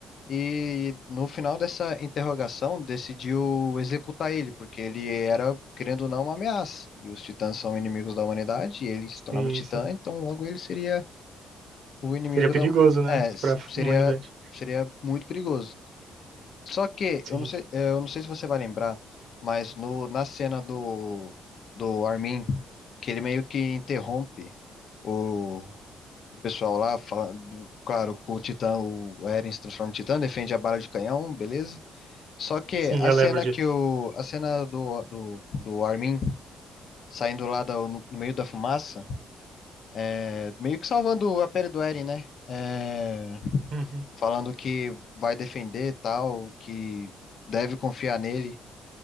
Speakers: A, on the left; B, on the right.
A: e no final dessa interrogação decidiu executar ele, porque ele era, querendo ou não, uma ameaça. E os titãs são inimigos da humanidade e ele se
B: Sim,
A: tornava titã,
B: sim.
A: então logo ele seria o inimigo
B: Seria perigoso,
A: da...
B: né?
A: É, s-
B: Pra
A: seria,
B: humanidade.
A: seria muito perigoso. Só que,
B: Sim.
A: eu não sei, é, eu não sei se você vai lembrar, mas no, na cena do, do Armin, que ele meio que interrompe o o pessoal lá falando, claro, com o Titã, o Eren se transforma em Titã, defende a bala de canhão, beleza? Só que
B: Sim,
A: a
B: eu
A: cena
B: lembro disso.
A: que o, a cena do, do, do Armin saindo lá da- no, no meio da fumaça, é, meio que salvando a pele do Eren, né? É,
B: Uhum.
A: falando que vai defender e tal, que deve confiar nele.